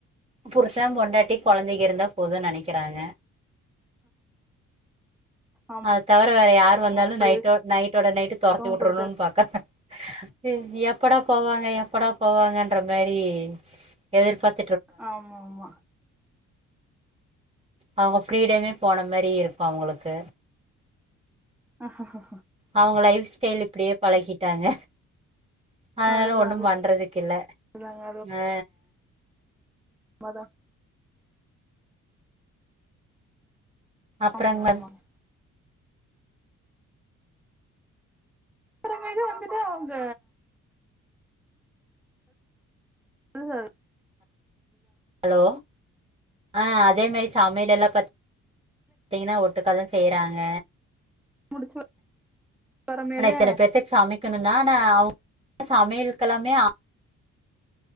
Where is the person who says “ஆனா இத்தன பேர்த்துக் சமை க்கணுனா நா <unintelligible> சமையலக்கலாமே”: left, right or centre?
Right